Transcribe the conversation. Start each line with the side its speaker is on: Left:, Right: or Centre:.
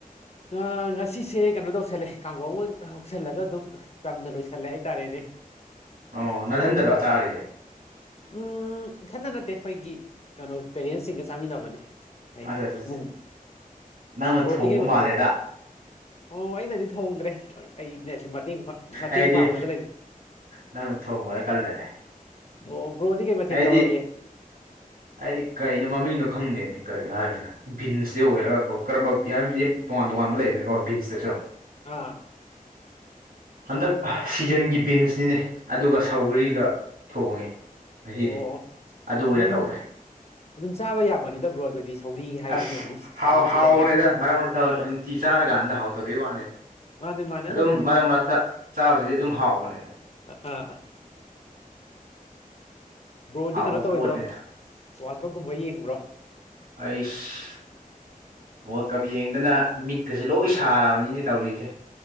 Left: ꯑ ꯉꯁꯤꯁꯦ ꯀꯩꯅꯣ ꯇꯧꯁꯜꯂꯦ ꯀꯥꯡꯉꯧ ꯑꯃ ꯍꯧꯁꯜꯂꯒ ꯑꯗꯨꯝ ꯆꯝꯅ ꯂꯣꯏꯁꯜꯂꯦ ꯍꯥꯏꯇꯥꯔꯦꯅꯦ
Right: ꯑꯣ ꯅꯊꯟꯇꯔꯣ ꯆꯥꯔꯤꯁꯦ
Left: ꯎꯝ ꯏꯊꯟꯗ ꯅꯠꯇꯦ ꯑꯩꯈꯣꯏꯒꯤ ꯀꯩꯅꯣ ꯄꯦꯔꯦꯟꯁꯁꯤꯡꯒ ꯆꯥꯃꯤꯟꯅꯕꯅꯦ ꯑꯩ
Right: ꯑꯠꯆꯥ ꯆꯥ ꯆꯥ
Left: ꯃꯨꯛ
Right: ꯅꯪꯅ
Left: ꯕꯔꯣꯗꯤ
Right: ꯊꯣꯡꯕ
Left: ꯀꯩ
Right: ꯃꯥꯜꯂꯦꯗ
Left: ꯑꯣ ꯑꯩꯅꯗꯤ ꯊꯣꯡꯗ꯭ꯔꯦ ꯑꯩꯅꯁꯨ ꯃꯇꯦꯡ ꯃꯇꯦꯡ
Right: ꯑꯩꯗꯤ
Left: ꯄꯥꯡꯕꯗ ꯂꯩꯔꯦ
Right: ꯅꯪꯅ ꯊꯣꯡꯕ꯭ꯔꯅ ꯀꯜꯂꯦꯅꯦ
Left: ꯑꯣ ꯕ꯭ꯔꯣꯗꯤ ꯀꯩ ꯃꯊꯦꯜ
Right: ꯑꯩꯗꯤ
Left: ꯇꯧꯔꯒꯦ
Right: ꯑꯩꯗꯤ ꯀꯩꯅꯣ ꯃꯃꯤꯡꯅꯣ ꯈꯪꯗꯦꯅꯦ ꯀꯔꯤ ꯍꯥꯏꯁꯤꯔ ꯕꯤꯟꯁꯇꯤ ꯑꯣꯏꯔꯒꯀꯣ ꯀꯔꯝꯕ ꯌꯥꯝꯗꯤ ꯇꯣꯉꯥꯟ ꯇꯣꯉꯥꯟꯕ ꯂꯩꯗꯅꯀꯣ ꯕꯤꯟꯁꯇꯁꯨ
Left: ꯑꯥ
Right: ꯍꯟꯗꯛ ꯁꯤꯖꯟꯒꯤ ꯕꯤꯟꯁꯅꯤꯅꯦ ꯑꯗꯨꯒ ꯁꯧꯒꯔꯤꯒ ꯊꯣꯡꯉꯦ ꯉꯁꯤꯗꯤ
Left: ꯑꯣ
Right: ꯑꯗꯨ ꯑꯣꯏꯅ
Left: ꯑꯗꯨꯝ
Right: ꯇꯧꯔꯦ
Left: ꯑꯗꯨꯝ ꯆꯥꯕ ꯌꯥꯕꯅꯤꯗ ꯕ꯭ꯔꯣ ꯑꯗꯨꯗꯤ ꯁꯧꯒ꯭ꯔꯤ ꯍꯥꯏꯕꯅꯤꯅ
Right: ꯑꯁ
Left: ꯍꯧꯖꯤꯛ
Right: ꯍꯥꯎ ꯍꯥꯎꯕꯅꯦꯗ
Left: ꯁꯤꯖꯟꯅꯤꯅ
Right: ꯃꯔꯛ ꯃꯔꯛꯇ
Left: ꯑꯥ
Right: ꯅꯨꯡꯇꯤ ꯆꯥꯔꯀꯥꯟꯗ ꯍꯥꯎꯇꯕꯩ ꯋꯥꯅꯤꯗ
Left: ꯃꯥꯅꯦ ꯃꯥꯅꯦ
Right: ꯑꯗꯨꯝ
Left: ꯑꯗꯨꯕꯨꯗꯤ
Right: ꯃꯔꯛ ꯃꯔꯛꯇ ꯆꯥꯕꯁꯤꯗꯤ ꯑꯗꯨꯝ ꯍꯥꯎꯕꯅꯤꯗ
Left: ꯑꯥ ꯕ꯭ꯔꯣꯗꯤ
Right: ꯍꯥꯎꯕ
Left: ꯀꯩꯅꯣ ꯇꯧꯔꯣꯏꯗ꯭ꯔꯣ
Right: ꯄꯣꯠꯅꯤꯗ
Left: ꯋꯥꯔꯜ ꯀꯞꯀꯨꯝꯕ ꯌꯦꯡꯕ꯭ꯔꯣ
Right: ꯑꯩꯁ ꯋꯥꯔꯜ ꯀꯞ ꯌꯦꯡꯗꯅ ꯃꯤꯠꯀꯁꯦ ꯂꯣꯏ ꯁꯥꯔꯕꯅꯤꯅꯦ ꯇꯧꯔꯤꯁꯦ